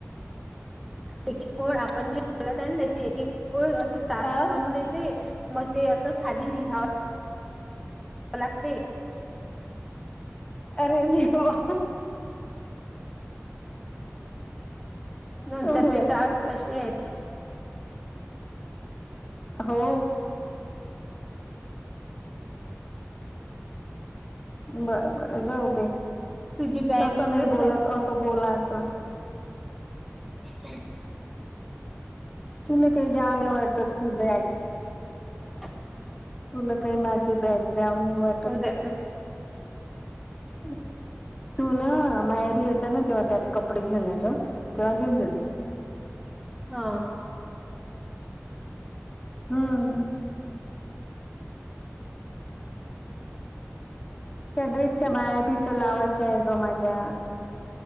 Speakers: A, in the centre; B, on the left (about 20°).
A: एक एक ओळ आपण जे बोलत आहे ना त्याची एक एक ओळ असे टास्क
B: अ
A: म्हणून येते मग ते असं खाल्ली लिहावा भ लागते
B: अरे देव
A: नंतरचे
B: बर
A: टास्क के आहेत.
B: हो. बरं बरं जाऊ दे.
A: तुझी बॅग
B: तसं
A: इथच
B: नाही बोलत
A: आहे
B: असं बोलायचं.
A: ह.
B: तुला काही द्यावणे वाटत ती बॅग.
A: ग
B: तुला काही माझी बॅग द्याऊन वाटत.
A: उद्या
B: ढ. तू ना माहेरी येत ना तेव्हा त्यात कपडे घेऊनच तेव्हा देऊन देेत.
A: हा.
B: हम्मब. त्या ड्रेसच्या बाया बी तर लावायच्या. मजा.